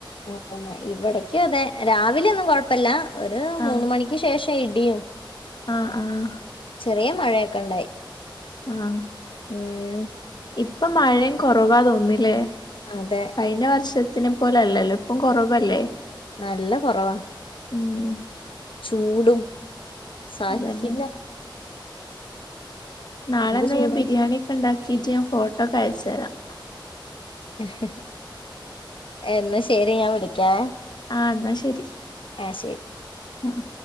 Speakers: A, on the left (about 85°); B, on the left (about 55°).
A: ആ പിന്നെ ഇവിടെ- ക്കും അതെ രാവിലെയൊന്നും കോഴപ്പല്ല- ഒരു
B: ആഹ്
A: മൂന്ന് മണിക്ക് ശേഷം- ഇടിയും-
B: ആഹ് ആഹ്-
A: ചെറിയ മഴയൊക്കെ ഉണ്ടായി
B: ആഹ്
A: ഏ-
B: ഇപ്പൊ മഴേം- കൊറവാ തോന്നില്ലേ
A: അതെ
B: കഴിഞ്ഞ വർഷ ത്തിനെ പോല അല്ലല്ലോ ഇപ്പം കൊറവല്ലേ?
A: നല്ല കൊറവാ-
B: ഉം-
A: ചൂടും- സാഹിക്കില്ല
B: അതന്നെ നാളെന്നാ
A: ചൂടാ
B: ഞാൻ ബിരിയാണിക്കെണ്ടാക്കിട്ട് ഞാൻ ഫോട്ടോക്കെ അയച്ചു തരാം
A: ശ എന്നാ ശ ശരി ഞാ വിളിക്കാവേ
B: ആഹ്‌ എന്നാ ശരി
A: ആഹ് ശരി
B: ആഹ്